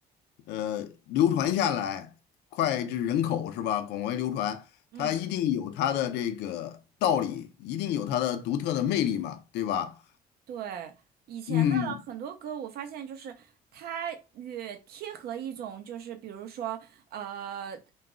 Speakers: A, on the left (about 80°); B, on the right (about 65°).
A: 呃流传下来，脍炙人口是吧？广为流传，
B: 嗯。
A: 它一定有它的这个道理，一定有它的独特的魅力嘛，对吧？
B: 对，以前的很多歌，
A: 嗯
B: 我发现就是它越贴合一种，就是比如说呃